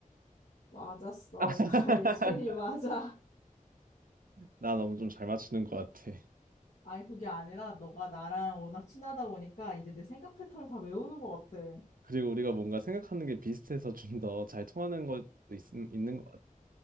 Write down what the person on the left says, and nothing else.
맞았어.
이거 <laughs> 알체리 맞아.
아니, 그게 아니라 너가 나랑 워낙 친하다 보니까 이제 내 생각 패턴을 다 외우는 것 같아.